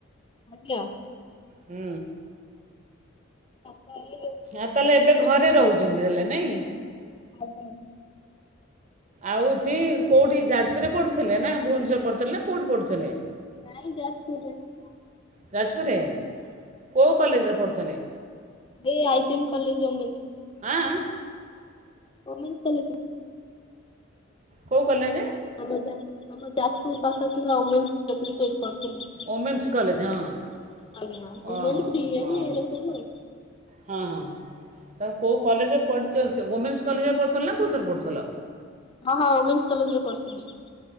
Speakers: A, on the left (about 25°); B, on the right (about 35°).
A: <unintelligible>
B: ହୁଁ।
A: ଆଉ କ <unintelligible>
B: ଆ ତାହେଲେ ଏବେ ଘରେ ରହୁଚନ୍ତି ତାହେଲେ ନାଇଁ?
A: ଆଜା ଆଜା।
B: ଆଉଠି କୋଉଠି ଯାଜପୁରରେ ପଢ଼ୁଥିଲେ ନା ଭୁବନେଶ୍ବର ରେ ପଢୁଥିଲେ ନା କୋଉଠି ପଢୁଥିଲେ?
A: ନାଇଁ ଯାଜପୁର ରେ।
B: ଯାଜପୁର୍ ରେ କୋଉ କଲେଜରେ ପଢ଼ୁଥିଲେ?
A: ଏଇ ଆଇଜିଏମ୍ କଲେଜ ଓମେନ୍ସ।
B: ଆଁ ଆଁ।
A: Women's college.
B: କୋଉ କଲେଜେ?
A: ଆମ ଯାଜ୍ ଆମ ଯାଜପୁର ପାଖରେ ଥିବା ଓମେନ୍ସ କଲେଜ୍ ସେଇଠି ପଢୁଥିଲି।
B: ଓମେନ୍ସ କଲେଜ୍, ହଁ
A: ଆଜ୍ଞା ଓମେନ୍ସ
B: ଓହୋ
A: ଡିଏନ୍
B: ହଁ
A: ଏଇରା
B: ହଁ।
A: ସବୁ ଆଉ
B: ହଁ ହଁ। ତ କୋଉ କଲେଜରେ ପଢିଛ ୱମେନ୍ସ କଲେଜରେ ପଢ଼ୁଥିଲ ନା କୋଉଥିରେ ପଢୁଥିଲ?
A: ହଁ ହଁ ଓମେନ୍ସ କଲେଜ୍ ରେ ପଢୁଥିଲି।